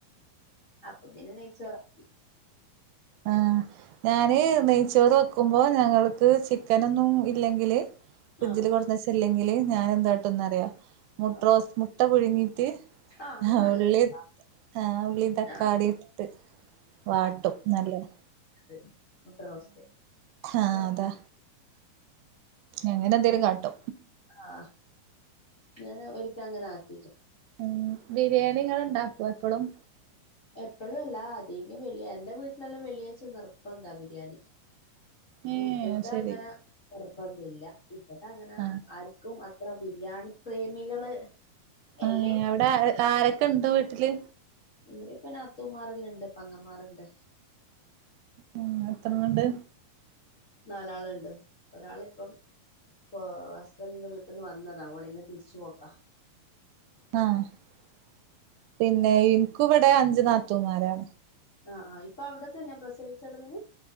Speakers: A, on the left (about 35°); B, on the right (about 80°).
A: അപ്പൊ പിന്നെ നെയച്ചോറാക്കി
B: ആ ഞാന് നെയ്ച്ചോറ് വെക്കുമ്പോ ഞങ്ങക്ക് ചിക്കനൊന്നും ഇല്ലെങ്കില് ഫ്രിഡ്ജില്
A: ആഹ്
B: കൊടുന്നച്ചല്ലെങ്കില് ഞാൻ എന്തായിട്ട എന്ന് അറിയോ മുട്ട
A: ആഹ്
B: റോസ്റ്റ് മുട്ട പുഴുങ്ങിട്ട്
A: ആഹ് അത് നല്ല
B: ഉള്ളി
A: രസാ
B: ആ ഉള്ളിതക്കളിട്ട്
A: ആഹ്
B: വാട്ടും നല്ലേത്
A: എ മുട്ട റോസ്റ്റ്
B: ആഹ്
A: നല്ല്
B: അതാ അങ്ങനെ എന്തേലും കാട്ടോ
A: ആ ഞാന ഒരിക്കല അങ്ങനെ ആക്കി
B: ഉ ബിരിയാണികൾ ഉണ്ടാക്കും എപ്പോഴും
A: എപ്പോഴും അല്ല അധികം വെളളിയ എന്റെ വീട്ടിലെല്ലാം വെളളിയ ആഴ്ച നിർബന്ധമാ ബിരിയാണി
B: ഏഹ്
A: ഇവിടെ
B: ശരി
A: അങ്ങനെ നിർബന്ധ ഇല്ല ഇവിടെ അങ്ങനെ
B: ആഹ്
A: ആർക്കും അത്ര ബിരിയാണി പ്രേമികള് എല്ലേ
B: ആ അവിടെ ആരൊക്കെ ഇണ്ട് വീട്ടില്
A: ഇവിടെ ഇപ്പൊ നാത്തൂമാർല്ലാം ഉണ്ട് പങ്ങന്മാർണ്ട്
B: ഉം എത്രണ്ട്
A: നാലാളുണ്ട് ഒരാളിപ്പം ഇപ്പൊ ഹസ്ബൻറിന്റെ വീട്ടിൽന്ന് വന്നതാ ഒള് ഇന്ന് തിരിച്ചുപോക്ക
B: ആപിന്നെ ഇനിക്കു ഇവിടെ അഞ്ചു നാത്തൂമാരാ
A: ആഹ് ആ ഇപ്പൊ അവിടത്തന്നെ പ്രസവിച്ചടനി